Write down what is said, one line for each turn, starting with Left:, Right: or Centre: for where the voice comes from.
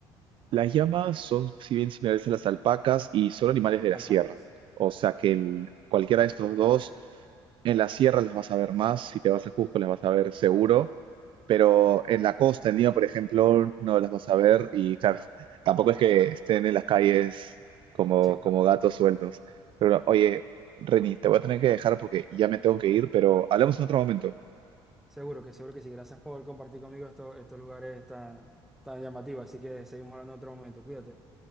Right: Las llamas son, si bien similares a las alpacas, y son animales de la
Centre: Alpacas.
Right: sierra. O sea que el- cualquiera de estos dos, en la sierra las vas a ver más, si te vas a Cusco las vas a ver seguro, Pero en la costa, en Lima, por ejemplo, no las vas a ver y claro, tampoco es que estén en las calles como,
Centre: Sí,
Right: como gatos sueltos. Pero oye, Reni, te voy a tener que dejar porque ya me tengo que ir, pero hablamos en otro momento.
Centre: seguro que, seguro que sí. Gracias por compartir conmigo estos, estos lugares tan, tan llamativos. Así que seguimos hablando en otro momento. Cuídate.